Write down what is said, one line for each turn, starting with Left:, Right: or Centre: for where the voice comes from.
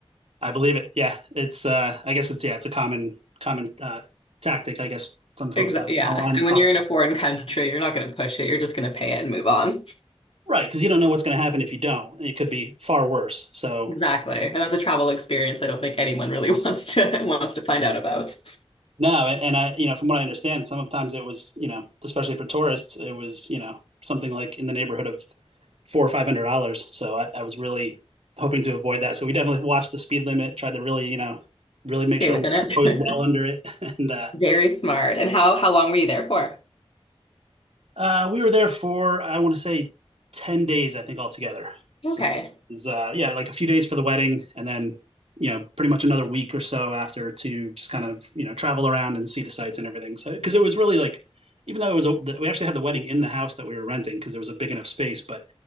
Right: I believe it. Yeah, it's uh, I guess it's yeah, it's a common common uh, tactic. I guess some folks
Left: Exactly.
Right: have to
Left: Yeah.
Right: kind of line
Left: And
Right: their
Left: when you're in a foreign country, you're not going to push it. You're just going to pay it and move on. <laughs>
Right: Right, because you don't know what's going to happen if you don't. It could be far worse. So
Left: Exactly. And that's a travel experience I don't think anyone really <laughs> wants to wants to find out about.
Right: no, and, and I, you know, from what I understand, sometimes it was, you know, especially for tourists, it was, you know, something like in the neighborhood of four or five hundred dollars. So I, I was really hoping to avoid that. So we definitely watched the speed limit, tried to really, you know, really make
Left: Stay
Right: sure
Left: within
Right: we
Left: it.
Right: were always well under it, <laughs> and uh,
Left: <laughs> Very smart. And how how long were you there for?
Right: Uh, we were there for I want to say ten days, I think altogether.
Left: Okay.
Right: So it was, uh, yeah, like a few days for the wedding, and then you know pretty much another week or so after to just kind of you know travel around and see the sites and everything. So because it was really like even though it was a, we actually had the wedding in the house that we were renting because it was a big enough space, but